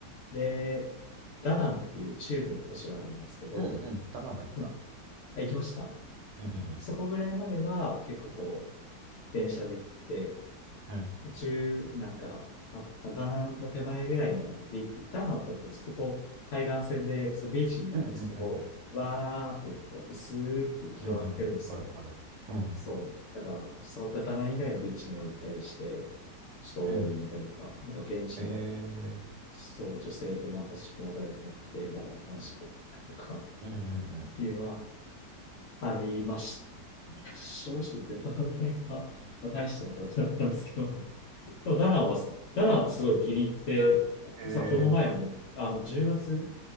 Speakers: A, on the left; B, on the right.
A: で、ダナンっていう中部の都市があるんですけど、
B: うんうん。ダナンは行った。
A: うん。あ行きました。
B: うんうん
A: そこぐらいまでは結構こう、電車で行って、
B: うん。
A: 途中、なんか、あダナンの手前ぐらいのビーチ、ダナンだとずっとこう、海岸線で、ずっとビーチみたいなのがずっとこう、
B: うんうんうんうんうん。
A: わーってこう、薄く広がってるんですよ。
B: うんうんうん。わかるわかる。うん。
A: そう。だから、そう、ダナン以外のビーチにも行ったりして、ちょっと泳いでみたりとか、
B: うん。
A: なんか現地の、
B: へえ。
A: そう、女性となんかちょっと仲良くなって、みたいな話があったりとか。
B: うんうん
A: いうのはありました。正直、ベトナム戦は、まあ、大したことはなかったんですけど、でもダナンは、ダナンすごい気に入って、
B: うん。へ
A: 実はこの前も、
B: え。
A: あの、10月、